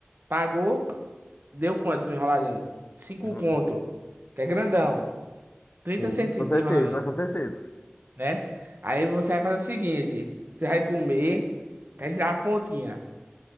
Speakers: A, on the right (about 55°); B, on the left (about 40°).
A: Pagou, deu quanto no enroladinho? Cinco
B: Uhum.
A: conto, que é grandão. trinta
B: Sim,
A: centímetros
B: com certeza,
A: de enroladinho,
B: com certeza.
A: né? Aí você vai fazer o seguinte, você vai comer, vai tirar a pontinha.